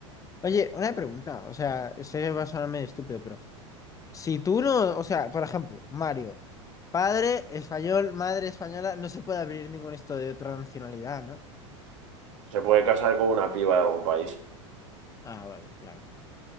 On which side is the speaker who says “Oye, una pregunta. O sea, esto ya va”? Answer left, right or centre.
Left